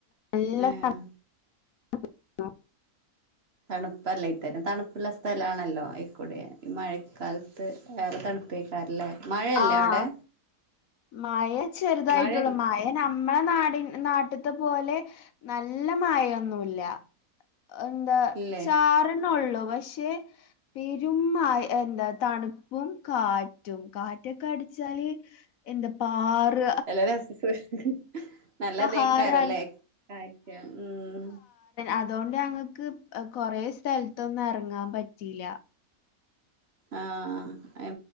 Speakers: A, on the left; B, on the right.
A: നല്ല
B: ഏഹ്
A: തണു <inaudible>
B: തണുപ്പല്ലേ ഇത്തരം തണുപ്പുള്ള സ്ഥലമാണല്ലോ അയിക്കൂടെ ഈ മഴക്കാലത്ത് വേറെ തണു പ്പായിക്കാരല്ലേ മഴയല്ലേ
A: ആഹ്
B: അവിടെ
A: മഴ ചെറുതായിട്ടുള്ളൂ,
B: മഴയല്ലേ
A: മഴ നമ്മളെ നാടി നാട്ടിത്തെ പോലെ നല്ല മഴയൊന്നുല്ല എന്താ
B: ഇല്ലേ
A: ചാറുനേള്ളൂ പക്ഷെ പെരും മഴ എന്താ തണുപ്പും കാറ്റും കാറ്റൊക്കെ അടിച്ചാല് എന്താ പാറഅ
B: എല്ലാരു എസ് സ് <unintelligible> നല്ലതെയ്ക്കാരല്ലേ
A: പാറ ആൾ
B: കാറ്റും ഉം
A: അതേണ്ട് ഞങ്ങക്ക് കൊറേ സ്ഥലത്തൊന്നും എറങ്ങാൻ പറ്റിയില
B: ആഹ്